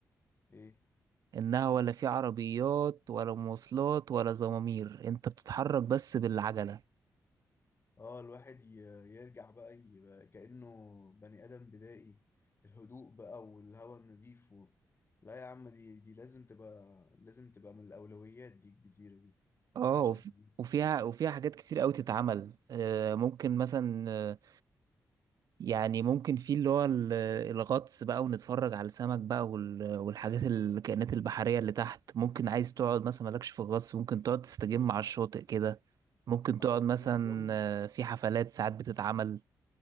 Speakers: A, on the left; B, on the right.
A: ايه
B: انها ولا في عربيات ولا مواصلات ولا زمامير انت بتتحرك بس بالعجلة
A: اه الواحد ي- يرجع بقى يبقى كأنه بني ادم بدائي الهدوء بقى والهواء النظيف و... لا يا عم دي دي لازم تبقى لازم تبقى من الاولويات دي الجزيرة دي
B: اه
A: ما ينفعش
B: وف-
A: نفوتها
B: وفيها وفيها حاجات كتير قوي تتعمل آه، ممكن مثلا آه، يعني ممكن في اللي هو ال- الغطس بقى ونتفرج على السمك بقى وال- والحاجات الكائنات البحرية اللي تحت ممكن عايز تقعد مثلا مالكش في الغطس ممكن تقعد تستجم على الشاطئ كده ممكن
A: اه
B: تقعد مثلا
A: ده زي نظام
B: آه، في حفلات ساعات بتتعمل